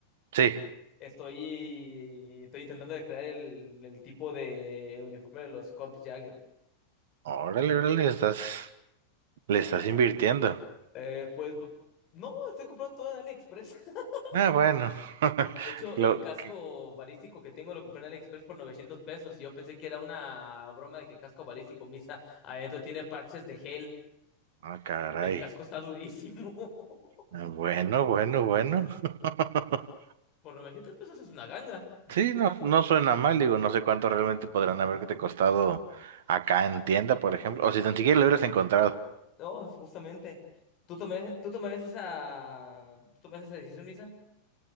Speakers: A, on the right (about 55°); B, on the left (about 35°).
A: Sí,
B: Estoy, estoy intentando de crear el, el tipo de uniforme de los Corps Jagger.
A: órale, órale, estás, le
B: Ay.
A: estás invirtiendo.
B: Eh, pues no, estoy comprando todo en AliExpress. <laughs>
A: Ah, bueno, <laughs>
B: De hecho,
A: lo
B: el casco
A: que,
B: balístico que tengo lo compré en AliExpress por 900 pesos. y Yo pensé que era una broma de que casco balístico, misa, adentro tiene parches de gel
A: ah, caray.
B: y el casco está durísimo. <laughs>
A: Ah, Bueno, bueno, bueno. <laughs>
B: Por 900 pesos es una ganga.
A: Sí, no, no suena mal, digo, no sé cuánto realmente podrán haberte costado acá en tienda, por ejemplo, o si tan siquiera lo hubieras encontrado.
B: No, justamente. ¿Tú tomarías, tú tomarías esa, tú tomarías esa decisión, Misa?